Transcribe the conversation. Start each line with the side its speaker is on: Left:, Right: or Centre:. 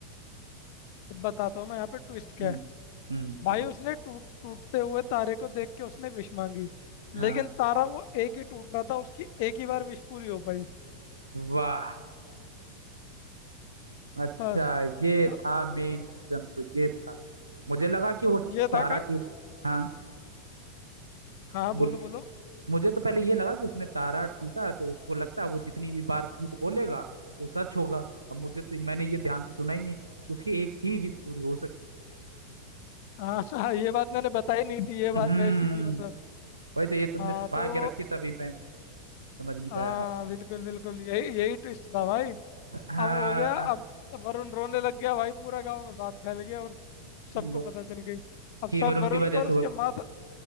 Left: तो बताता हूँ मैं यहाँ पे ट्विस्ट क्या
Right: हम्म
Left: है
Right: हम्म
Left: भाई उसने टूट टूटते हुए तारे को देख के उसने विश मांगी
Right: हाँ
Left: लेकिन तारा वो एक ही टूट रहा था उसकी एक ही बार विश पूरी हो पाई
Right: वाह अच्छा
Left: बस
Right: ये
Left: तो
Right: था मेन रीजन तो ये था मुझे लगा कि वो
Left: ये
Right: तारा
Left: था का
Right: टूट हाँ
Left: हाँ
Right: बोलिए
Left: बोलो बोलो
Right: मुझे तो पहले ये लगा कि उसने तारा टूटा है, तो उसको लगता है वो जितनी भी बार झूठ बोलेगा वो सच होगा अब मुझे तो मैंने ये ध्यान से सुना ही नहीं उसकी एक ही विश पूरी हो सकती
Left: हाँ हाँ ये बात मैंने बताई नहीं थी ये
Right: हम्म
Left: बात वैसी थी मतलब
Right: वही तो ये तुमने
Left: हाँ
Right: छुपा
Left: तो
Right: के रखी तभी मैं समझ नहीं
Left: हाँ
Right: पाया
Left: बिल्कुल बिल्कुल यही यही ट्विस्ट था भाई
Right: हाँ
Left: अब हो गया अब वरुण रोने लग गया भाई पूरा गांव में बात फैल गया और सबको
Right: लो
Left: पता चल गई अब सब
Right: केवल उनकी
Left: वरुण
Right: वजह
Left: को और
Right: से
Left: उसके
Right: हुआ
Left: माता